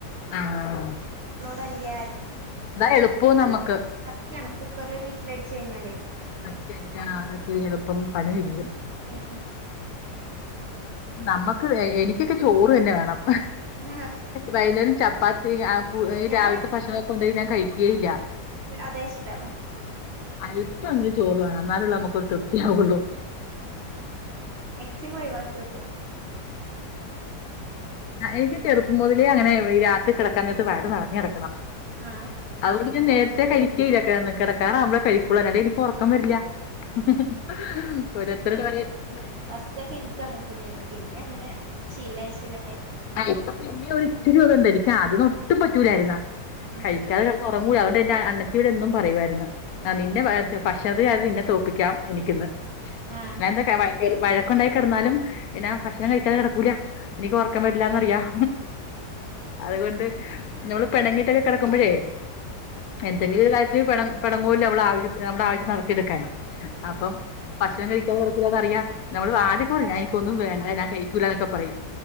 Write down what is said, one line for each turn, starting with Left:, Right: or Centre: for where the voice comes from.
Left: ആ ആ
Right: നോടല്യ
Left: എളുപ്പവും നമ്മക്ക്
Right: സത്യാണ് കുക്കറിലൊരു വിസി അടിച്ച് കഴിഞ്ഞാലേ
Left: നിസ്കരിക്കാനാണ് <unintelligible> എളുപ്പം പണി കഴിയും
Right: ഉം
Left: നമ്മക്ക് എനിക്കൊക്കെ ചോറന്നെ വേണം
Right: ആഹ്
Left: വൈന്നേരം ചപ്പാത്തി
Right: ഞാൻ
Left: രാവിലത്തെ ഭക്ഷണൊകൊണ്ടോയി ഞാൻ കഴിക്കേയില്ല
Right: അതെ ഇഷ്ടം
Left: അല്പം എങ്കിലും ചോറ് വേണം എന്നാലല്ലേ നമുക്കൊരു തൃപ്തിയാവുള്ളൂ
Right: സിമോയ് വക്യോക്ക.
Left: എക്ക് ചറപ്പ മുതലേ അങ്ങനെ ഈ രാത്രി കിടക്കാനിട്ട് വയറ് നർഞാടക്കണം.
Right: ആഹ്
Left: അതുകൊണ്ട് ഞാ നേരത്തെ കഴിക്കല്ല കിടക്കാറാവുമ്പോ കഴിക്കുള്ളൂ. എന്നാലേ എനിക്ക് ഉറക്കം വരില്ല. <unintelligible>
Right: ഫസ്റ്റ്ക്കെ എനിക്ക അങ്ങനെ തന്നെയായിരുന്നു പിന്നെ അങ്ങനെ ശീല ശില
Left: ആ ഇപ്പ പിന്നെ ഒരു ഇച്ചിരി <unintelligible> എനിക്ക് ആദ്യയൊന്നും ഒട്ടും പറ്റൂലാരുന്ന്
Right: ആഹ്
Left: കഴിക്കാതെ കിടന്നുറങ്ങൂല്ല അതുകൊണ്ട് എന്റെ അന്നച്ചിയൂട് എന്നും പറയുരുന്നു ആ നിന്റെ പക്ഷത് അത് നിന്നെ തോൽപ്പിക്കാം എനിക്കിന്ന്
Right: ആഹ്
Left: ഞാൻ <unintelligible> എന്ത കേറി വഴക്കുണ്ടായി കിടന്നാലും പിന്നാ ഭക്ഷണം കഴിക്കാൻ കിടക്കൂല എനിക്ക് ഉറക്കം വരില്ലാന്നറിയാം അതുകൊണ്ട് നമ്മള് പിണങ്ങിട്ടൊക്കെ കിടക്കുമ്പോഴേ എന്തെങ്കിലും ഒരു കാര്യത്തി പ പിണങ്ങുല്ല അവ ആവശ്യ നമ്മുടെ ആവിശ്യം
Right: ആഹ്
Left: നടത്തിയെടുക്കാന് അപ്പം ഭക്ഷണം കഴിക്കാൻ <unintelligible> അറിയാ നമ്മള് ആദ്യക്കെ
Right: എന്തായാലും
Left: പറയും ഞാന് ഇൻക്കൊന്നുംവേണ്ട ഞാൻ കയ്ക്കൂല്ല ന്നൊക്കെ പറയും